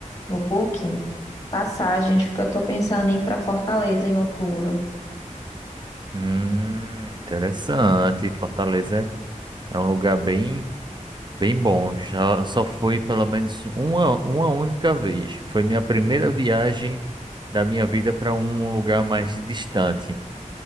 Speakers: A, on the left; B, on the right.
A: no Booking, passagens, porque eu tô pensando em ir pra Fortaleza em outubro.
B: Hum, interessante. Fortaleza é um lugar bem, bem bom. Já só fui pelo menos uma, uma única vez. Foi minha primeira viagem da minha vida para um lugar mais distante.